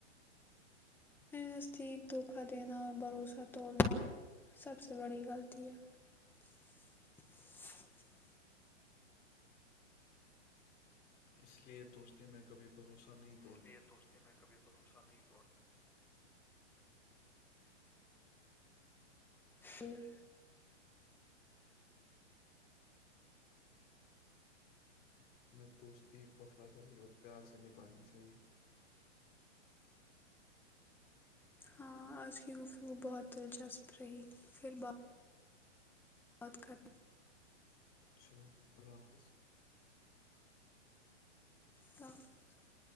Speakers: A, in the centre; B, on the left.
A: میرے نزدیک دھوکا دینا اور بھروسہ توڑنا سب سے بڑی غلطی ہے <unintelligible>
B: اس لے دوستی میں کبھی بھروسہ نہیں تھا <unintelligible>
A: اس لیے دوست میں کبھی بھروسہ نہیں <unintelligible> ہ <unintelligible>
B: ہمیں دوستی وفاداری اور پیار سے نبھانی چاہیے <unintelligible>
A: ہاں آج کی گفتگو بہت دلچسپ رہی پھر ب بہت کط <unintelligible>
B: چلو اللہ حافظ <unintelligible>
A: تو <unintelligible>